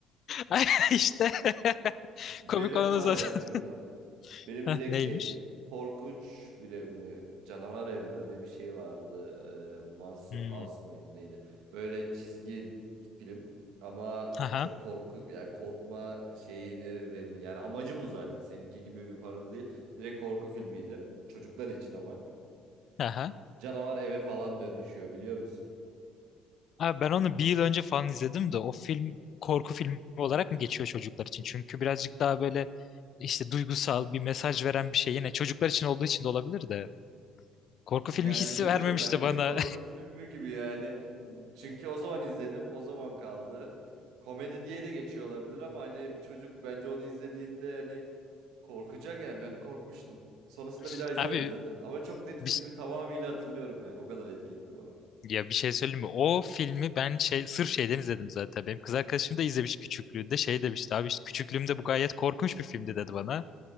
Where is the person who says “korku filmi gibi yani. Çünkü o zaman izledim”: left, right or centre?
Right